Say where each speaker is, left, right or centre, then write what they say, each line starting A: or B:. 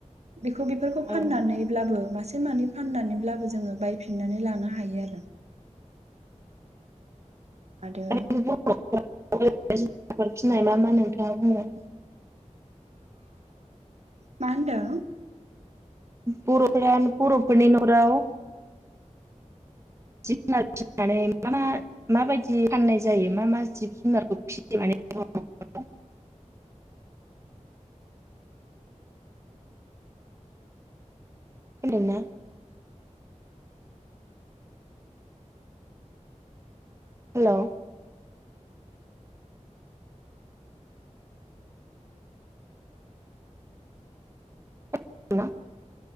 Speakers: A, on the right; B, on the right.
A: बेखौ बेफोरखौ फाननानैब्लाबो
B: ओं
A: मास नानै फाननानैब्लाबो जोङो बायफिननानै लानो हा हायो आरो
B: <inaudible>
A: आरो
B: आफोर फिनाय मा मा नोंथां <unintelligible>
A: मा होनदों
B: बर'फोरा बर'फोरनि न'खराव जिब जुनार फिनानै मा मा माबायदि फाननाय जायो मा मा जिब जुनारखौ फिसियो माने बर'फोरा खोनादों ना हेलौ <unintelligible>